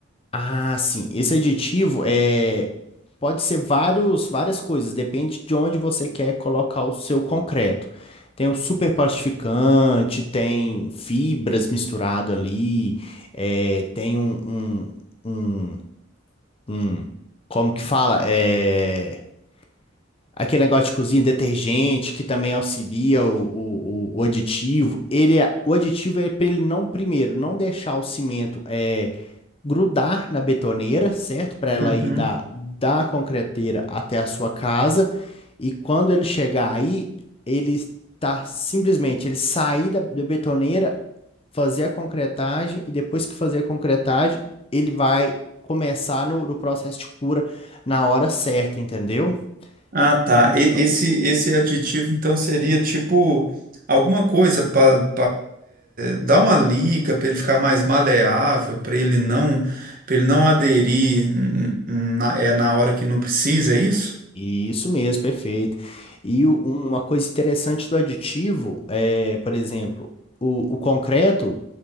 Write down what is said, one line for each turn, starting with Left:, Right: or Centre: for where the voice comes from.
Left: ah, sim. Esse aditivo é pode ser vários, várias coisas, depende de onde você quer colocar o seu concreto. Tem o superplastificante, tem fibras misturado ali, é, tem um, um, um, um- como que fala? É, aquele negócio de cozinha, detergente, que também auxilia o, o, o o aditivo. Ele, é- o aditivo é para ele não, primeiro, não deixar o cimento. é, grudar na betoneira, certo? Para ela
Right: Uhum.
Left: ir da, da concreteira até a sua casa. E quando ele chegar aí, ele tá simplesmente, ele sair da, da betoneira, fazer a concretagem, e depois que fazer a concretagem, ele vai começar no, no processo de cura na hora certa, entendeu?
Right: Ah, tá.
Left: Isso,
Right: E-
Left: é um
Right: esse, esse aditivo, então, seria tipo alguma coisa para dar uma liga para ele ficar mais maleável, para ele não, para ele não aderir hum, hum, na, é, na hora que não precisa, é isso?
Left: Isso mesmo, perfeito. E o- uma coisa interessante do aditivo é, por exemplo, o, o concreto,